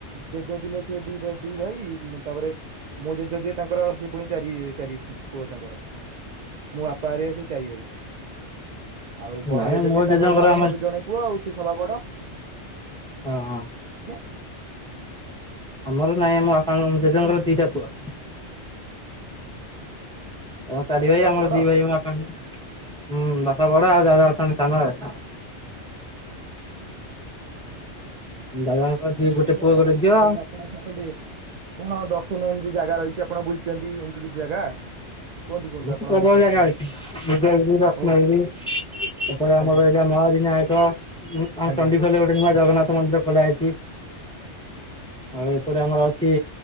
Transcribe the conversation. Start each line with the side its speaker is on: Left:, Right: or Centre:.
Right: ଜେଜ ଥିଲେ ସେ ଦି ଦି ଭାଇ। ମୁଁ ତାପରେ ମୁଁ ଜେଜେ ଯିଏ ତାଙ୍କର ସିଏ ପୁଣି ଚାରି ଚାରି ପୁଅ ତାଙ୍କର। ମୋ ବାପା ହେରିକା ସେ ଚାରି ଭାଇ। ଆଉ ବଡ
Centre: ନାଇଁ
Right: ଜେଜେଯେ
Centre: ମୋ
Right: ତାଙ୍କର
Centre: ଜେଜେଙ୍କର
Right: ଜଣେ
Centre: ଆମେ
Right: ଜଣେ ପୁଅ ଆଉ ସିଏ ସବା ବଡ।
Centre: ହଁ ହଁ।
Right: ଆଜ୍ଞା।
Centre: ଆମର ନାଇଁ ଆମ ବାପାଙ୍କ
Right: କୁହନ୍ତୁ
Centre: ଜେଜେଙ୍କର
Right: କୁହନ୍ତୁ
Centre: ଦିଟା ପୁଅ। ତମ
Right: ଆପଣଙ୍କ
Centre: ଚାରି
Right: ବାପା
Centre: ଭାଇ
Right: କଣ
Centre: ଆମର
Right: ବଡ?
Centre: ଦି ଭାଇ ବାପା ହୁଁ ବାପା ବଡ ଆଉ ଦାଦା ଅଛନ୍ତି ସାନ ଆଉ। ଦାଦାଙ୍କର ଦି
Right: କଣ
Centre: ଗୋଟେ
Right: କୁହନ୍ତୁ
Centre: ପୁଅ
Right: ଆପଣଙ୍କ
Centre: ଗୋଟେ
Right: ବିଷୟରେ
Centre: ଝିଅ
Right: ଆଉ ଆପଣ ସେପଟେ କଣ ଦର୍ଶନ ଏମିତି ଜାଗା ରହିଛି ଆପଣ ବୁଲିଛନ୍ତି ଏମିତି କିଛି ଜାଗା। କୁହନ୍ତୁ କୁହନ୍ତୁ
Centre: ବତ
Right: ଆପଣଙ୍କ
Centre: ପ୍ରବଳ
Right: ବିଷୟରେ
Centre: ଜାଗା
Right: କୁହନ୍ତୁ
Centre: ଅଛି ବିଦଗିରି ରତ୍ଣଗିରି।
Right: କହୁନ
Centre: ସେପଟ ଆମର
Right: ଆଜ୍ଞା
Centre: ଏଇଟା ମହାବୟକ
Right: ଆଜ୍ଞା।
Centre: ଚଣ୍ଡିଗଲ ଗୋଟେ ନୂଆ ଜଗନ୍ନାଥ ମନ୍ଦିର ଖୋଲା ହେଇଛି ଆଉ ଏପଟ ଆମର ସେ